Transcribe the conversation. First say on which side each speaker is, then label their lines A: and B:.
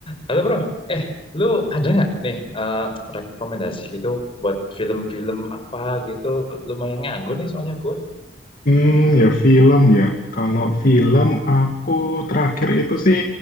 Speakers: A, on the left; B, on the left.
A: Halo bro, eh lu ada nggak nih eh, rekomendasi gitu buat film-film apa gitu lumayan nganggur nih soalnya gue
B: Hmm, ya film ya. Kalau film aku terakhir itu sih